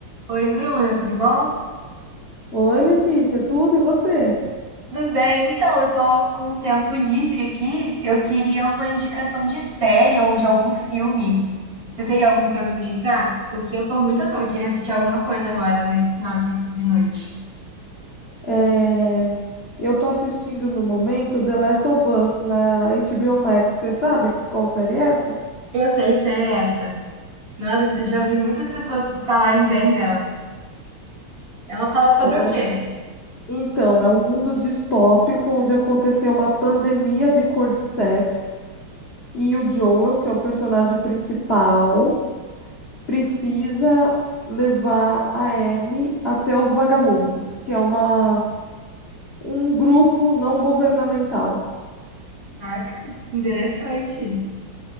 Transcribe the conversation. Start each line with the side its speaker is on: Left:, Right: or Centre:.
Right: Oi, Bruna, tudo bom?
Left: Oi, Letícia, tudo e você?
Right: Tudo bem? Então, eu tô com um tempo livre aqui. Eu queria uma indicação de série ou de algum filme. Você teria algum pra me indicar? Porque eu tô muito à toa, eu queria assistir alguma coisa agora nesse final de, de noite.
Left: É, Eu tô assistindo no momento The Last of Us na HBO Max. Você sabe qual série é essa?
Right: Eu sei que série é essa. Nossa, eu já vi muitas pessoas falarem bem dela. Ela fala sobre
Left: Ó.
Right: o quê?
Left: Então, é um mundo distópico onde aconteceu uma pandemia de cordyceps e o Joel, que é o personagem principal, precisa levar a Ellie até os vagalumes, que é uma... um grupo não governamental.
Right: Caraca, interessante.